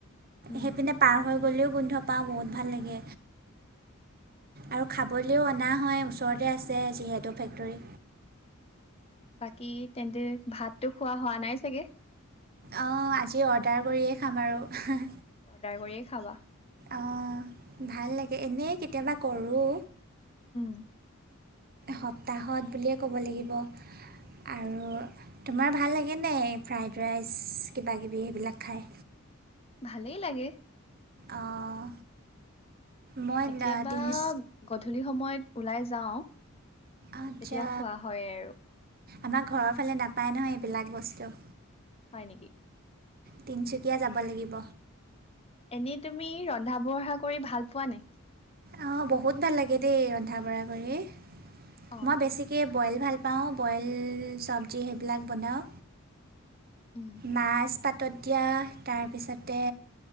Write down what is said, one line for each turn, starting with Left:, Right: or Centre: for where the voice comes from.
Left: উম
Right: সেইপিনে পাৰ হৈ গ'লেও গোন্ধ পাওঁ বহুত ভাল লাগে আৰু খাবলৈও অনা হয় ওচৰতে আছে যিহেতু ফেক্টৰী।
Left: বাকী তেন্তে ভাতটো খোৱা হোৱা নাই চাগে?
Right: অঁ আজি অৰ্ডাৰ কৰিয়ে খাম বাৰু।
Left: আজি অৰ্ডাৰ কৰিয়ে খাবা।
Right: অ ভাল লাগে এনেই কেতিয়াবা কৰোঁ
Left: উম্।
Right: সপ্তাহত বুলিয়ে ক'ব লাগিব। আৰু তোমাৰ ভাল লাগেনে ফ্ৰাইড ৰাইচ কিবা কিবি সেইবিলাক খায়।
Left: ভালেই লাগে।
Right: অঁ মই
Left: কেতিয়াবা
Right: ন- তিনি
Left: গধূলি সময়ত ওলাই যাওঁ।
Right: আচ্ছা
Left: তেতিয়া খোৱা হয়ে আৰু।
Right: আমাৰ ঘৰৰ ফালে নাপায় নহয় এইবিলাক বস্তু।
Left: হয় নেকি?
Right: তিনিচুকীয়া যাব লাগিব।
Left: এনেই তুমি ৰন্ধা বঢ়া কৰি ভাল পোৱা নে।
Right: অঁ বহুত ভাল লাগে দেই ৰন্ধা বঢ়া কৰি
Left: অ
Right: মই বেছিকৈ। বইল ভাল পাওঁ বইল চবজি সেইবিলাক বনাওঁ।
Left: উম
Right: মাছ। পাতত দিয়া তাৰ পিছতে